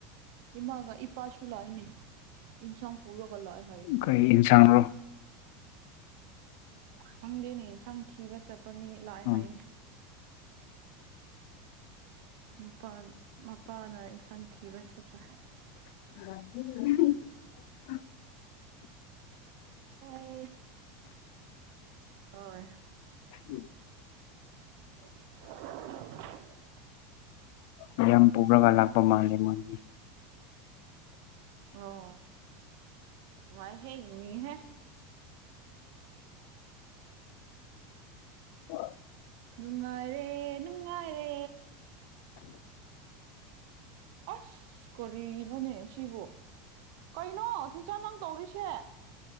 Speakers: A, on the right; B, on the left.
A: ꯏꯃꯥꯒ ꯏꯄꯥꯁꯨ ꯂꯥꯛꯏꯅꯦ ꯏꯟꯁꯥꯡ ꯄꯨꯔꯒ ꯂꯥꯛꯑ‌ꯦ
B: ꯀꯩ ꯏꯟꯁꯥꯡꯔꯣ
A: ꯈꯪꯗꯦꯅꯦ ꯑꯦꯟꯁꯥꯡ ꯊꯤꯕ ꯆꯠꯄ ꯃꯤ ꯂꯥꯛꯑꯦ
B: ꯎꯝ
A: ꯍꯥꯏꯌꯦ ꯅꯨꯄꯥ ꯃꯄꯥꯅ ꯏꯟꯁꯥꯡ ꯊꯤꯕ ꯆꯠꯄ
B: <unintelligible>
A: ꯑꯣꯏ ꯑꯣꯏ
B: ꯎꯝ
A: <unintelligible>
B: ꯃꯌꯥꯝ ꯄꯨꯒ꯭ꯔꯒ ꯂꯥꯛꯄ ꯃꯥꯜꯂꯤ ꯃꯣꯏꯗꯤ
A: ꯑꯣ ꯋꯥꯏꯍꯦ ꯌꯨꯅꯤꯡꯉꯤꯍꯦ
B: ꯍ <unintelligible>
A: ꯅꯨꯡꯉꯥꯏꯔꯦ ꯅꯨꯡꯉꯥꯏꯔꯦ ꯑꯁ ꯀꯔꯤꯅꯣꯅꯦ ꯁꯤꯕꯨ ꯀꯩꯅꯣ ꯆꯆꯥ ꯅꯪ ꯇꯧꯔꯤꯁꯦ